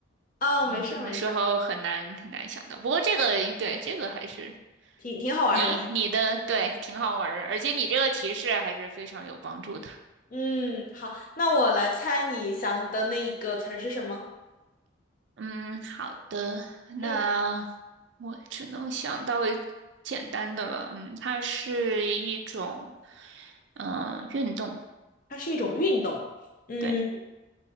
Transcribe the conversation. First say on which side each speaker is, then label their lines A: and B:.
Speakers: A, on the left (about 45°); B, on the right (about 65°).
A: 啊，
B: 嗯，
A: 没事儿没事儿，
B: 有时候很难很难想到。不过这个对，这个还是
A: 挺挺好玩儿的。
B: 你你的对，挺好玩儿的，而且你这个提示还是非常有帮助的。
A: 嗯，好，那我来猜你想的那一个词儿是什么？
B: 嗯，好的，
A: 嗯，
B: 那我只能想到一简单的了。嗯，它是一种嗯、呃运动，
A: 它是一种运动。嗯，
B: 对，